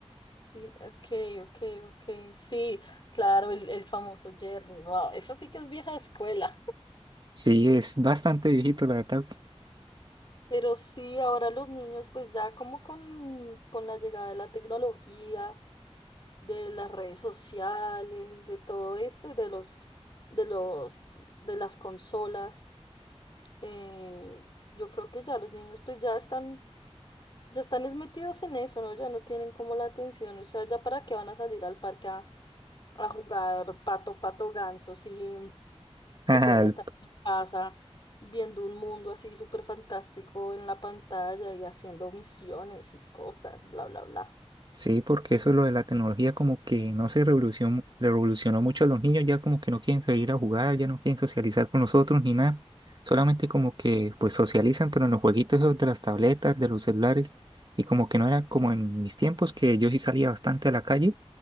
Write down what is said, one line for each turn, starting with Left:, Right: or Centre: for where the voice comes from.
Left: Sí, Ok, ok, ok, sí, claro, el, el famoso Jerry, wow, eso sí que es vieja escuela,
Right: Sí, es bastante viejito la verdad.
Left: pero sí, ahora los niños pues ya como con, con la llegada de la tecnología, de las redes sociales, de todo esto y de los, de los, de las consolas, eh, yo creo que ya los niños pues ya están, ya están es metidos en eso, ¿no? Ya no tienen como la atención, o sea, ya para qué van a salir al parque a, a jugar pato, pato, ganso, sí Si
Right: Ah,
Left: pueden estar en la casa viendo un mundo así súper fantástico en la pantalla y haciendo misiones y cosas, bla, bla, bla.
Right: Sí, porque eso lo de la tecnología como que no se revolucionó, revolucionó mucho a los niños, ya como que no quieren salir a jugar, ya no quieren socializar con nosotros ni nada. Solamente como que pues socializan, pero en los jueguitos esos de las tabletas, de los celulares, y como que no era como en mis tiempos que yo sí salía bastante a la calle